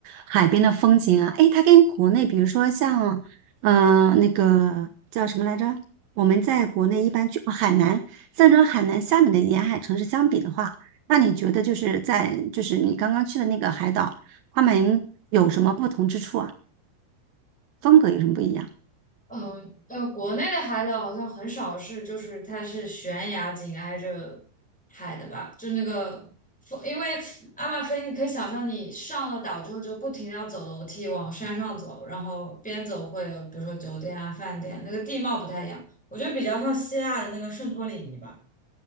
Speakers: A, on the right; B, in the centre.
A: 海边的风景啊。诶，它跟国内，比如说像，嗯、那个叫什么来着？我们在国内一般去哦海南，像这种海南、厦门的沿海城市相比的话，那你觉得就是在就是你刚刚去的那个海岛，他们有什么不同之处啊？风格有什么不一样？
B: 嗯呃，国内的海岛好像很少是，就是它是悬崖紧挨着海的吧？就那个风，因为阿马菲，你可以想象你上了岛之后就不停的要走楼梯往山上走，然后边走会有比如说酒店啊、饭店，那个地貌不太一样。我觉得比较像希腊的那个圣托里尼吧，